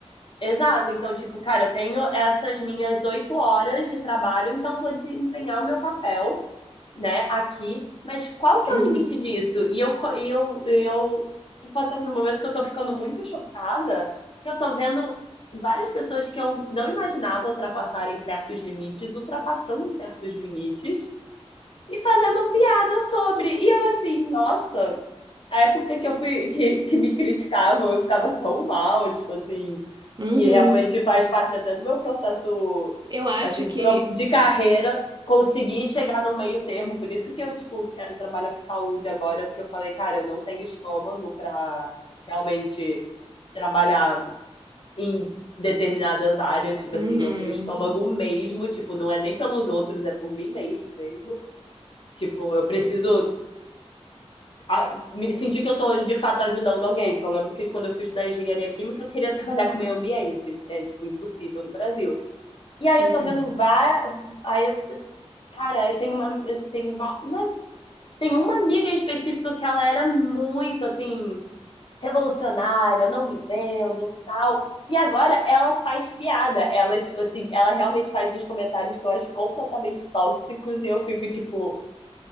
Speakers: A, on the left; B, on the right.
A: Exato, então, tipo, cara, eu tenho essas minhas oito horas de trabalho, então eu vou desempenhar o meu papel né, aqui, mas qual que
B: Uhum.
A: é o limite disso? E eu, co- e eu, e eu tô passando por um momento que eu tô ficando muito chocada, que eu tô vendo várias pessoas que eu não imaginava ultrapassarem certos limites, ultrapassando certos limites e fazendo piada sobre. E eu assim, nossa, a época que eu fui, que, que me criticavam, eu ficava tão mal, tipo assim.
B: Uhum.
A: E realmente faz parte até do meu processo,
B: Eu acho
A: assim,
B: que.
A: de carreira, conseguir chegar num meio termo. Por isso que eu, tipo, quero trabalhar com saúde agora, porque eu falei, cara, eu não tenho estômago para realmente trabalhar em determinadas áreas, tipo
B: Uhum,
A: assim, não tenho estômago mesmo, tipo, não é nem pelos outros, é por mim mesmo mesmo. Tipo, eu preciso a, me sentir que eu tô de fato ajudando alguém, que eu lembro que quando eu fui estudar engenharia química, eu queria <laughs> trabalhar com meio ambiente, que é tipo impossível no Brasil. E aí
B: uhum,
A: eu tô vendo várias. Aí eu, cara, eu tenho uma. Eu tenho, va- não, tem uma amiga em específico que ela era muito assim, revolucionária, não me vendo, tal. E agora ela faz piada. Ela, tipo assim, ela realmente faz uns comentários que eu acho completamente tóxicos e eu fico, tipo,